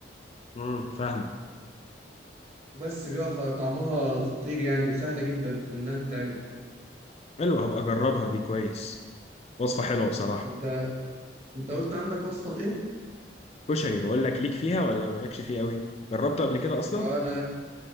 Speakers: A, on the left; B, on the right.
A: امم فاهم
B: بس بيبقى خ- طعمها خطير يعني وسهلة جدا في إنها تتعمل
A: حلو هبقى اجربها دي كويس وصفه حلوه بصراحه
B: أنت أنت قلت عندك وصفة لإيه؟
A: كشري بقول لك ليك فيها ولا مالكش فيه قوي جربته قبل كده اصلا
B: آه، أنا